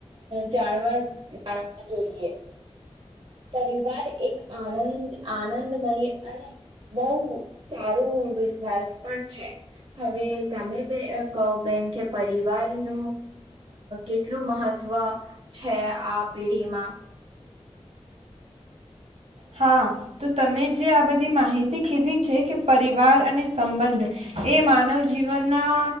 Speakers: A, on the right; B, on the right.
A: જાણવા જાણવા જોઈએ પરિવાર એક આનંદ આનંદમય અને બહુ સારું વિશ્વાસ પણ છે હવે તમે કહો બેન કે પરિવારનું કેટલું મહત્વ છે આ પેઢીમાં
B: હા તો તમે જે આ બધી માહિતી કીધી છે કે પરિવાર અને સંબંધ એ માનવ જીવનના